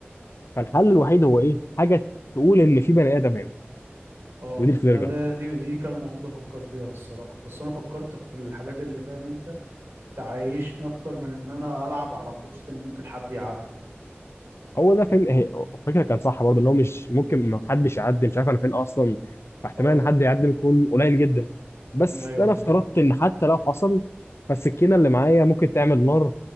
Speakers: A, on the left (about 85°); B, on the right (about 80°).
A: فالحل الوحيد هو ايه حاجه تقول ان في بني ادم هنا
B: اه
A: ودي الفلير
B: ده
A: جن
B: ده- دي دي كان المفروض افكر فيها الصراحة بس انا فكرت في الحاجات اللي فاهم انت تعيشني اكتر من ان انا العب على في وسط ان ممكن حد يعدي
A: هو ده فين هي- الفكره كان صح برضه ان هو مش ممكن ما حدش يعدي مش عارف انا فين اصلا فاحتمال
B: اه
A: ان حد يعدي يكون قليل جدا بس
B: ايوه
A: انا
B: بالظبط
A: افترضت ان حتى لو حصل فالسكينه اللي معايا ممكن تعمل نار